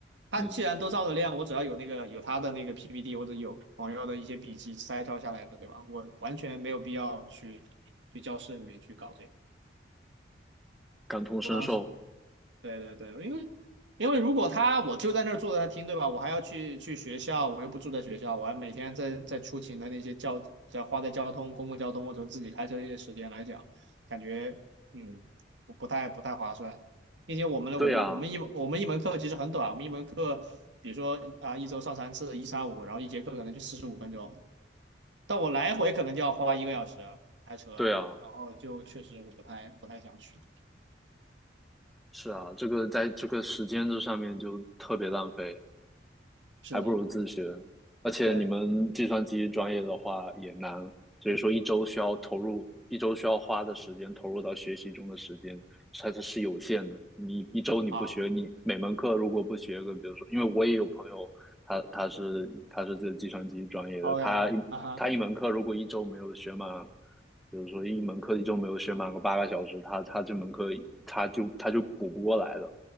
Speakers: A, on the right; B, in the centre.
A: 他既然都照着练，
B: 嗯，
A: 我只要有那个有他的那个 PPT 或者有朋友的一些笔记摘抄下来的，对吧？我完全没有必要去去教室里面去搞这个。
B: 感同身受，
A: 我当时对对对，因为因为如果他我就在那儿坐着他听，对吧？我还要去去学校，我又不住在学校，我还每天在在出勤的那些交要花在交通、公共交通或者自己开车这些时间来讲，感觉嗯不不太不太划算，并且我们的我们我们一我们一门课其实很短，
B: 对啊，
A: 我们一门课比如说啊一周上三次，一三五，然后一节课可能就四十五分钟，但我来回可能就要花一个小时开车，
B: 对啊，
A: 然后就确实我不太不太想去。
B: 是啊，这个在这个时间这上面就特别浪费。
A: 是的，
B: 还不如自学。而且你们计算机专业的话也难，
A: 对。
B: 所以说一周需要投入，一周需要花的时间投入到学习中的时间，它是是有限的。你一周你不学，
A: 啊，
B: 你每门课如果不学个，比如说，因为我也有朋友，他他是他是这计算机专业的，
A: OK，
B: 他一他一门课如果一周没有学满，
A: 啊哈，
B: 比如说一门课一周没有学满个八个小时，他他这门课他就他就补不过来了。